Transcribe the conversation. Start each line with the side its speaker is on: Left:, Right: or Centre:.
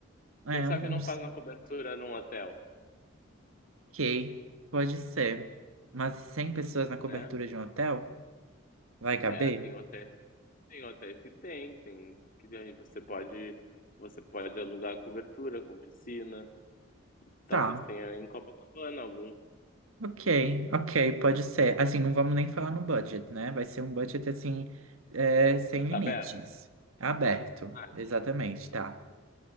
Right: É,
Left: Quem sabe
Right: um. um-
Left: não faz uma cobertura num hotel,
Right: Ok, pode ser. Mas 100 pessoas na cobertura
Left: né?
Right: de um hotel? Vai caber?
Left: É, tem hotéis Tem hotéis que tem, que tem que aí você pode você pode alugar cobertura com piscina, talvez
Right: tá?
Left: tenha em Copacabana algum.
Right: Ok, ok, pode ser. Assim, não vamos nem falar no budget, né? Vai ser um budget assim, é, sem limites.
Left: Tá aberto?
Right: Aberto,
Left: Ah, então
Right: exatamente,
Left: com
Right: tá.
Left: com